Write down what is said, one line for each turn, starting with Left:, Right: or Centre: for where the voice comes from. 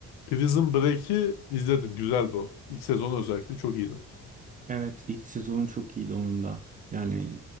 Left: Prison Break'i izledim. Güzeldi o. İlk sezonu özellikle çok iyiydi.
Right: Evet, ilk sezonu çok iyiydi onun da. Yani